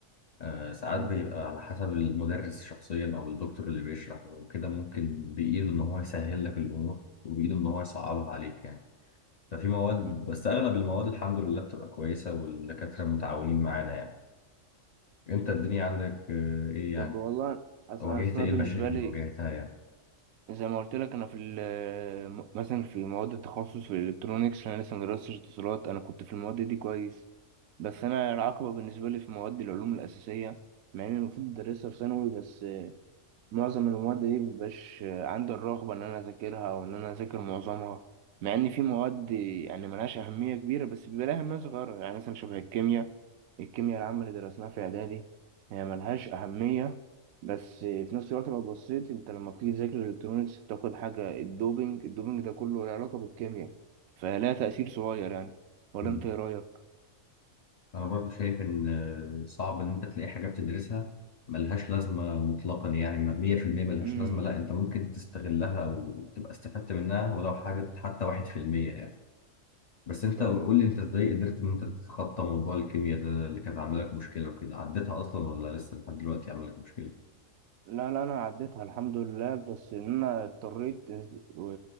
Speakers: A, on the left; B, on the right.
A: آه ساعات
B: مم.
A: بيبقى على حسب المدرس شخصيا أو الدكتور اللي بيشرح وكده ممكن بإيده إن هو يسهل لك الأمور وبإيده إن هو يصعبها عليك يعني ففي مواد
B: مم.
A: بس أغلب المواد الحمد لله بتبقى كويسة والدكاترة متعاونين معانا يعني أنت الدنيا عندك آه، إيه يعني
B: طب والله أص-
A: واجهت
B: أصل
A: ايه
B: أنا
A: المشاكل
B: بالنسبة
A: اللي
B: لي
A: واجهتها يعني
B: زي ما قلت لك انا في ال- م- مثلا في مواد التخصص في الالكترونيكس انا لسه مدرستش اتصالات انا كنت في المواد دي كويس بس انا العقبه بالنسبه لي في مواد العلوم الاساسيه مع اني المفروض ادرسها في ثانوي بس معظم المواد دي مبيبقاش عندي الرغبة إن أنا أذاكرها أو إن أنا أذاكر معظمها مع إن في مواد يعني ملهاش أهمية كبيرة بس بيبقى لها أهمية صغيرة يعني مثلا شبه الكيمياء الكيمياء العامة اللي درسناها في إعدادي هي ملهاش أهمية بس في نفس الوقت لو بصيت أنت لما بتيجي تذاكر الإلكترونيكس بتاخد حاجة الدوبينج الدوبينج ده كله له علاقة بالكيمياء فلها تأثير صغير يعني ولا
A: مم.
B: أنت إيه رأيك؟
A: انا برضو شايف ان آه، صعب ان انت تلاقي حاجه بتدرسها ملهاش لازمه مطلقا يعني م- 100% ملهاش
B: امم
A: لازمه لا انت ممكن تستغلها او تبقى استفدت منها ولو حاجه حتى 1% يعني بس انت
B: طب
A: قول لي انت ازاي قدرت ان انت تتخطى موضوع الكيمياء ده اللي كانت عامله لك مشكله وكده عديتها اصلا ولا لسه لحد دلوقتي عامله لك مشكله
B: لا لا انا عديتها الحمد لله بس ان انا اضطريت و-